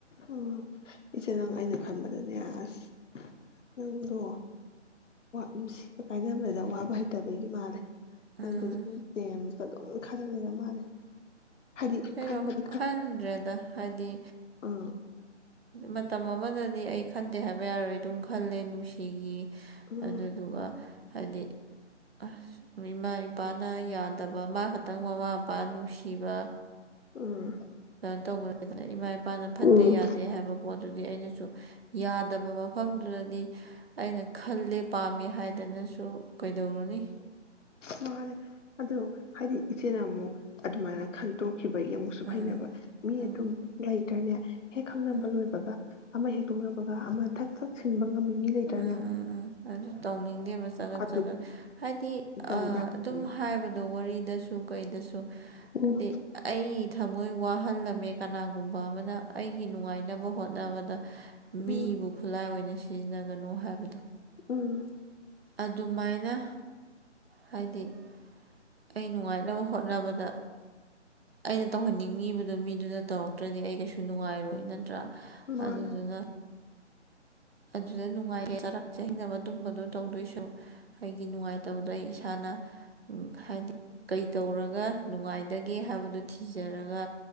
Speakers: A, on the left; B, on the right.
A: ꯎꯝ ꯏꯆꯦ ꯅꯪ ꯑꯩꯅ ꯈꯟꯕꯗꯅꯦ ꯑꯁ ꯅꯪꯗꯣ ꯅꯨꯡꯁꯤꯕ ꯀꯥꯏꯅꯕꯗ ꯋꯥꯕ ꯍꯩꯇꯕꯒꯤ ꯃꯥꯜꯂꯦ꯫
B: ꯎꯝ
A: <unintelligible> ꯑꯗꯨꯝ ꯈꯜ ꯂ ꯂꯩꯔ ꯃꯥꯜꯂꯦ꯫ ꯍꯥꯏꯗꯤ
B: ꯀꯩꯅꯣ
A: ꯈꯟꯕꯗꯤ
B: ꯈꯟꯗ꯭ꯔꯦꯗ ꯍꯥꯏꯗꯤ
A: ꯑ
B: ꯃꯇꯝ ꯑꯃꯗꯗꯤ ꯑꯩ ꯈꯟꯗꯦ ꯍꯥꯏꯕ ꯌꯥꯔꯣꯏ ꯑꯗꯨꯝ ꯈꯜꯂꯦ ꯅꯨꯡꯁꯤꯒꯤ꯫
A: ꯎꯝ
B: ꯑꯗꯨꯗꯨꯒ ꯍꯥꯏꯗꯤ ꯑꯁ ꯏꯃꯥ ꯏꯄꯥꯅ ꯌꯥꯗꯕ ꯃꯥ ꯈꯛꯇꯪ ꯃꯃꯥ ꯃꯄꯥ ꯅꯨꯡꯁꯤꯕ꯫
A: ꯎꯝ꯫
B: ꯀ ꯇꯧꯕꯅꯦꯅ ꯏꯃꯥ ꯏꯄꯥꯅ ꯐꯠꯇꯦ
A: ꯎꯝ
B: ꯌꯥꯗꯦ ꯍꯥꯏꯕ ꯄꯣꯠꯇꯨꯗꯤ ꯑꯩꯅꯁꯨ ꯌꯥꯗꯕ ꯃꯐꯝꯗꯨꯗꯗꯤ ꯑꯩꯅ ꯈꯜꯂꯦ ꯄꯥꯝꯃꯦ ꯍꯥꯏ ꯑꯗꯨꯅꯁꯨ ꯀꯩꯗꯧꯔꯨꯅꯤ
A: ꯃꯥꯅꯦꯦ ꯑꯗ ꯍꯥꯏꯗꯤ ꯏꯆꯦꯅ ꯑꯃꯨꯛ ꯑꯗꯨꯃꯥꯏꯅ ꯈꯟꯇꯣꯛ ꯈꯤꯕꯒꯤ ꯑꯃꯨꯛꯁꯨ
B: ꯎꯝ
A: ꯐꯩꯅꯕ ꯃꯤ
B: ꯎꯝ
A: ꯑꯗꯨꯝ ꯂꯩ ꯑꯗꯩꯩꯅꯦ ꯍꯦꯛ ꯈꯪꯅꯕ
B: ꯎꯝ
A: ꯂꯣꯏꯕꯒ ꯑꯃ ꯍꯦꯛꯇꯣꯛꯅꯕꯒ ꯑꯃ ꯊꯛ ꯊꯛ ꯁꯤꯟꯕ ꯉꯝꯕ ꯃꯤ ꯂꯩꯇ꯭ꯔꯅꯦ
B: ꯎꯝ ꯎꯝ ꯎꯝ ꯑꯗꯨ ꯇꯧꯅꯤꯡꯗꯦꯕ ꯆꯒꯠ
A: ꯑꯗꯨ
B: ꯆꯒꯠ꯫ ꯍꯥꯏꯗꯤ
A: ꯇꯧꯗꯦ
B: ꯑꯗꯨꯝ
A: ꯍꯥꯏꯕꯗꯣ
B: ꯍꯥꯏꯕꯗꯣ ꯋꯥꯔꯤꯗꯁꯨ ꯀꯩꯗꯁꯨ
A: ꯎꯝ
B: ꯍꯥꯏꯗꯤ ꯑꯩ ꯊꯃꯣꯏ ꯃꯈꯣꯏ ꯋꯥꯍꯜꯂꯝꯃꯦ ꯀꯅꯥꯒꯨꯝꯕ ꯑꯃꯅ ꯑꯩꯒꯤ ꯅꯨꯡꯉꯥꯏꯅꯕ ꯍꯣꯠꯅꯕꯗ
A: ꯎꯝ
B: ꯃꯤꯕꯨ ꯈꯨꯠꯂꯥꯏ ꯑꯣꯏꯅ ꯁꯤꯅꯒꯅꯣ ꯍꯥꯏꯕꯗꯣ꯫
A: ꯎꯝ꯫
B: ꯑꯗꯨꯃꯥꯏꯅ ꯍꯥꯏꯗꯤ꯫ ꯑꯩ ꯅꯨꯡꯉꯥꯏꯅꯕ ꯍꯣꯠꯅꯕꯗ ꯑꯩꯅ ꯇꯧꯍꯟꯅꯤꯡꯉꯤꯕꯗ ꯃꯤꯗꯨꯅ ꯇꯧꯔꯛꯇ꯭ꯔꯗꯤ ꯑꯩ ꯀꯩꯁꯨ ꯅꯨꯡꯉꯥꯏꯔꯣꯏ ꯅꯠꯇ꯭ꯔꯥ꯫
A: ꯃꯥꯅꯦ
B: ꯑꯗꯨꯗꯨꯅ꯫ ꯑꯗꯨꯗ ꯅꯨꯡꯉꯥꯏꯌꯦ ꯆꯔꯥꯛ ꯆꯍꯤꯡ ꯑꯗꯨꯝꯕꯗꯣ ꯇꯧꯗꯣꯏꯁꯨ ꯑꯩꯒꯤ ꯅꯨꯡꯉꯥꯏꯇꯕꯗꯣ ꯑꯩ ꯏꯁꯥꯅ ꯍꯥꯏꯗꯤ ꯀꯩ ꯇꯧꯔꯒ ꯅꯨꯡꯉꯥꯏꯗꯒꯦ ꯍꯥꯏꯕꯗꯨ ꯊꯤꯖꯔꯒ